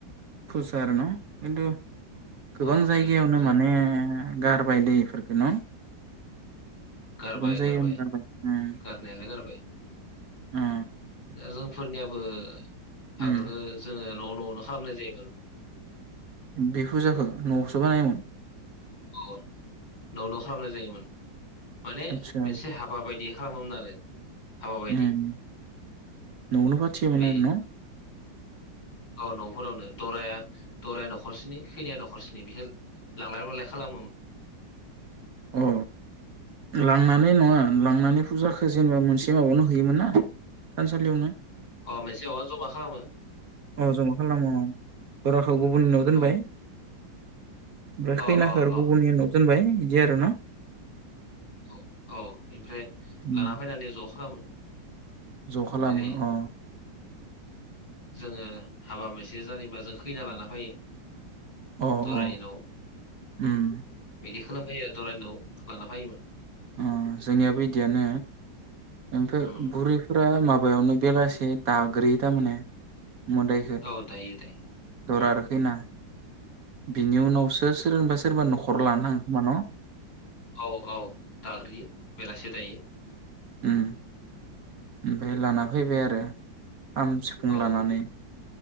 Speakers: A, on the right (about 55°); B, on the left (about 75°).
A: फुस आरो न' खिन्थु गोबां
B: औ
A: जायगायावनो
B: जारिमिनारि फुजा
A: माने गारबाय दे इफोरखौ न'
B: गारबाय
A: गोबां जायगायावनो
B: गारबाय
A: उम
B: गारनायालाय गारबाय
A: अ
B: दा जोंफोरनियाबो <unintelligible>
A: उम
B: आगोलो जोङो न' न'नो खालामनाय जायोमोन।
A: बि फुजाखौ न'आवसो बानायोमोन
B: अ न' न' खालामनाय जायोमोन। माने
A: आदसा
B: मोनसे हाबा बायदि खालामोमोन आरो हाबा बायदि
A: उम न'आवनो फाथियोमोन
B: बै
A: आरो न'
B: औ न'फोरावनो दराया दराया न'खरसेनि खैनाया न'खरसेनि बेखौ लांलाय लाबोलाय खालामोमोन
A: अ लांनानै नङा लांनानै फुजाखो जेनेबा मोनसे माबायावनो होयोमोन ना थानसालियावनो
B: अ मोनसे अबा जमा खालामो
A: अ जमा खालामो औ बराखौ गुबुननिनाव
B: औ
A: दोनबाय ओमफ्राय खैनाखो
B: अ अ
A: आरो
B: अ
A: गुबुननि उनाव दोनबाय बिदि आरो ना
B: औ औ ओमफ्राय
A: उम
B: लाना फैनानै ज' खालामो
A: ज' खालामो
B: जेरै
A: अ
B: जोङो हाबा मोनसे जायोबा जों खैना लाना फैयो
A: अ
B: दरानि
A: अ
B: न'
A: उम
B: बिदि खालाम <unintelligible> दरानि न'आव लानानै फायोमोन
A: ओ जोंनियाबो इदियानो ओमफ्राय
B: उम
A: बुरैफोरा माबा हाबायावनो बेलासि दाग्रोयो थारमाने मोदायखो
B: औ दायो दायो
A: दरा
B: उम
A: आरो खैना बिनि उनावसो सोरांबासो सोरबा न'खराव लाना थाङो खोमा न'?
B: औ औ दाग्रोयो बेलासि दायो।
A: ओम। ओमफाय लाना फैबाय आरो। खाम सिफुं
B: औ
A: लानानै